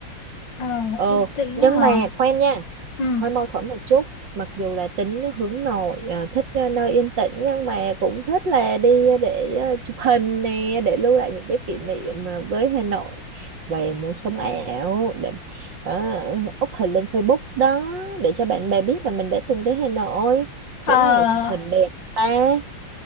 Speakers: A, on the left (about 65°); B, on the right (about 65°).
A: Ờ,
B: ừ
A: yên tĩnh
B: nhưng
A: hả?
B: mà khoan nha
A: Ừ.
B: hơi mâu thuẫn một chút mặc dù là tính hướng nội à, thích à, nơi yên tĩnh nhưng mà cũng thích là đi để à, chụp hình nè để lưu lại những cái kỷ niệm à, với Hà Nội và muốn sống ảo để uh, up hình lên Facebook đó để cho bạn bè biết là mình đã từng tới Hà Nội chỗ
A: Ờ,
B: nào chụp hình đẹp ta